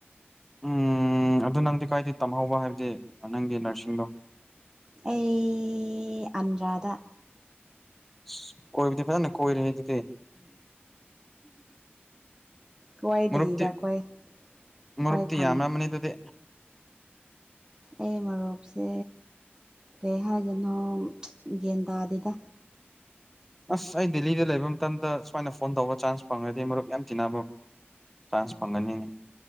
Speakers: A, in the centre; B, on the right (about 15°).
A: ꯎꯝ ꯑꯗꯨ ꯅꯪꯗꯤ ꯀꯥꯏꯗꯤ ꯇꯝꯍꯧꯕ ꯍꯥꯏꯕꯗꯤ ꯅꯪꯒꯤ ꯅꯔꯁꯤꯡꯗꯣ
B: ꯑꯩ ꯑꯟꯗ꯭ꯔꯥꯗ
A: ꯑꯁ ꯀꯣꯏꯕꯗꯤ ꯐꯅꯦ ꯀꯣꯏꯔꯦꯅꯦꯗꯨꯗꯤ
B: ꯀꯣꯏꯗꯔꯤꯗ
A: ꯃꯔꯨꯞꯇꯤ
B: ꯀꯣꯏ
A: ꯃꯔꯨꯞꯇꯤ
B: ꯈꯣꯏ ꯐꯪꯗꯦ
A: ꯌꯥꯝꯔꯝꯃꯅꯤ ꯑꯗꯨꯗꯤ
B: ꯑꯩ ꯃꯔꯨꯞꯁꯦ ꯀꯩ ꯍꯥꯏꯗꯣꯏꯅꯣ ꯌꯦꯒꯟ ꯇꯥꯗꯦꯗ
A: ꯑꯁ ꯑꯩ ꯗꯦꯜꯂꯤꯗ ꯂꯩꯕ ꯃꯇꯝꯗ ꯁꯨꯃꯥꯏꯅ ꯐꯣꯟ ꯇꯧꯕ ꯆꯥꯟꯁ ꯐꯪꯉꯗꯤ ꯃꯔꯨꯞ ꯌꯥꯝ ꯇꯤꯟꯅꯕ ꯆꯥꯟꯁ ꯐꯪꯒꯅꯤꯅꯦ